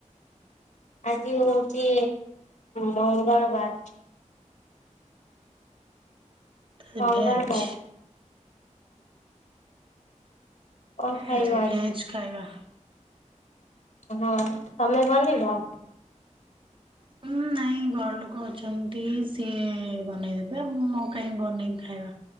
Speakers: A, on the left; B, on the right.
A: ଆଜି ହଉଛି ମଙ୍ଗଳବାର।
B: ଭେଜ
A: ମଙ୍ଗଳବାର। କଣ ଖାଇବ
B: ଆଜି ଭେଜ ଖାଇବା।
A: ହଁ ତମେ ବନ୍ଦିବ।
B: ହୁଁ ନାଇଁ ଘର ଲୋକ ଅଛନ୍ତି ସେ ବନେଇଦବେ ଆଉ ମୁଁ କାହିଁ ବନେଇବି ଖାଇବା।